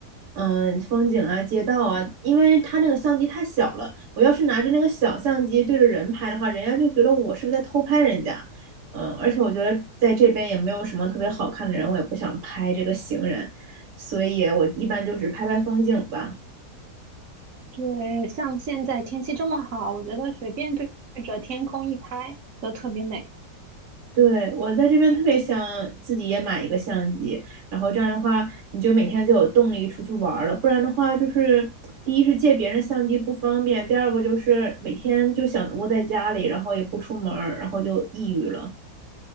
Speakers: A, on the right (about 80°); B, on the right (about 50°).
A: 嗯，风景啊、街道啊，因为它那个相机太小了，我要是拿着那个小相机对着人拍的话，人家就觉得我是不是在偷拍人家。嗯，而且我觉得在这边也没有什么特别好看的人，我也不想拍这个行人，所以我一般就只拍拍风景吧。
B: 对，像现在天气这么好，我觉得随便对着天空一拍都特别美。
A: 对，我在这边特别想自己也买一个相机，然后这样的话，你就每天就有动力出去玩儿了。不然的话，就是第一是借别人相机不方便，第二个就是每天就想窝在家里，然后也不出门儿，然后就抑郁了。